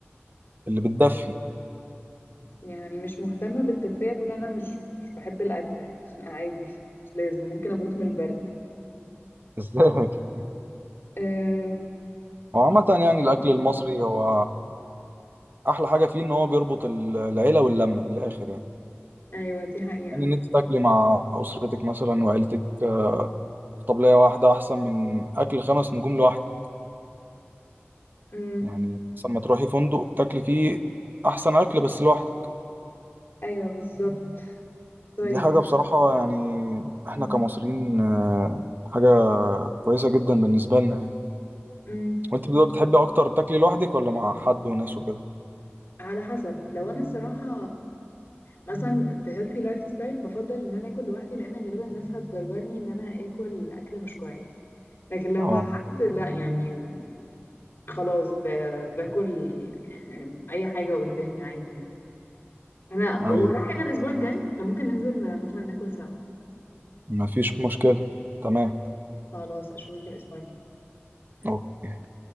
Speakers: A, on the right; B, on the left.
A: اللي بتدفي
B: يعني مش مهتمة بالتدفئة تقول أنا مش مش بحب الأكلة يعني <laughs> عادي مش لازم ممكن أموت من البرد
A: ازاي <laughs>
B: أه...
A: هو عامة يعني
B: عادي
A: الأكل المصري هو أحلى حاجة فيه إن هو بيربط ال- العيلة واللمة من الآخر يعني
B: أيوة دي حقيقة
A: يعني إن أنت تاكلي مع أسرتك مثلا وعيلتك آه، في طبلية واحدة أحسن من أكل خمس نجوم لوحدك
B: مم.
A: يعني مثلا ما تروحي فندق تاكلي فيه أحسن أكل بس لوحدك
B: أيوة بالظبط طيب
A: دي حاجة بصراحة يعني إحنا
B: مم.
A: كمصريين آه، حاجة كويسة جدا بالنسبة لنا يعني
B: مم.
A: وأنت بقى بتحبي أكتر تاكلي لوحدك ولا مع حد وناس وكده؟
B: على حسب لو انا الصراحه مثلا في healthy لايف ستايل بفضل ان انا اكل لوحدي لان غالبا الناس هتجرجرني ان انا اكل اكل مش كويس لكن لو
A: أه
B: مع حد لا يعني خلاص ب... باكل <laughs> اي حاجه قدامي عادي يعني انا
A: أيوه
B: ورايا حاجه الاسبوع الجاي احنا ممكن ننزل مثلا ناكل سوا
A: مفيش مشكلة تمام
B: خلاص اشوفك الاسبوع الجاي
A: اوكي